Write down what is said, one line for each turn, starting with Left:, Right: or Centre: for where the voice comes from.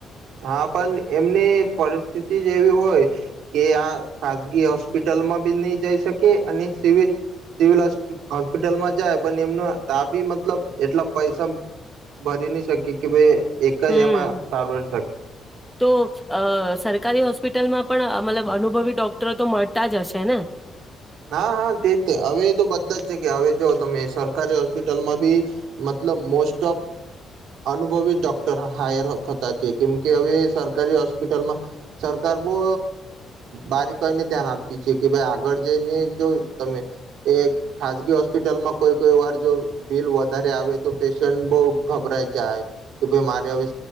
Right: હા પણ એમની પરિસ્થિતિ જ એવી હોય કે આ ખાસગી હોસ્પિટલમાં બી નહી જઈ શકે અને સિવિ સિવિલ હોસ્પિટલમાં જાય પણ એમનો ત બી મતલબ એટલા પૈસા ભરી નહી શકે કે ભાઈ એક
Centre: હમ
Right: જ એમાં સારવાર
Centre: તો સરકારી હોસ્પિટલમાં પણ મતલબ અનુભવી ડોક્ટરો તો મળતા જ હશે ને.
Right: હા હા તેજ હવે તો બધા જ જગ્યા હવે જાઓ તમે સરકારી હોસ્પિટલમાં બી મતલબ મોસ્ટ ઓફ અનુભવી ડોક્ટર હાયર થતા છે કેમકે હવે સરકારી હોસ્પિટલમાં સરકાર બહ બારી કોઈને ધ્યાન આપતી છે કે ભાઈ આગળ જેને જો તમે એ ખાસગી હોસ્પિટલમાં કોઈ કોઈ વાર જો બિલ વધારે આવે તો પેશન્ટ બહ ગભરાઈ જાય કે ભાઈ મારે હવે